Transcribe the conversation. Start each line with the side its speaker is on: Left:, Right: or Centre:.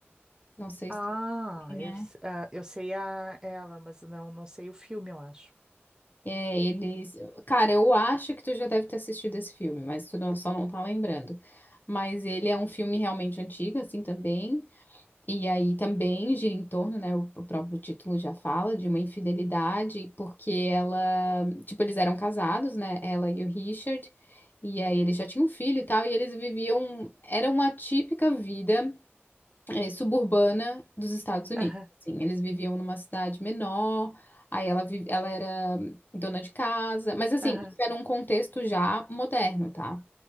Left: Não sei
Right: Ah,
Left: se. É,
Right: eu, s- ah, eu sei a, ela, mas não, não sei o filme, eu acho.
Left: é, eles. Cara, eu acho que tu já deve ter assistido esse filme, mas tu não- só não tá lembrando. Mas ele é um filme realmente antigo, assim também. E aí também gira em torno, né? O o próprio título já fala de uma infidelidade, porque ela. Tipo, eles eram casados, né? Ela e o Richard. E aí eles já tinham um filho e tal, e eles viviam. Era uma típica vida. é, suburbana dos Estados Unidos.
Right: Aham,
Left: Assim, eles viviam numa cidade menor, aí ela, vi- ela era dona de casa, mas assim,
Right: aham.
Left: isso era um contexto já moderno, tá?